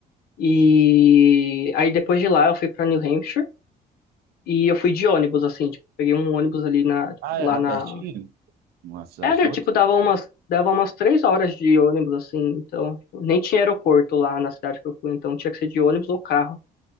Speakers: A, on the left; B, on the right.
A: e aí depois de lá eu fui para New Hampshire e eu fui de ônibus assim, tipo, peguei um ônibus ali na
B: Ah, é,
A: lá
B: dá
A: na
B: pertinho? Uma cidade
A: Era,
B: da outra?
A: tipo, dava umas, dava umas três horas de ônibus, assim, então, tipo, nem tinha aeroporto lá na cidade que eu fui, então tinha que ser de ônibus ou carro.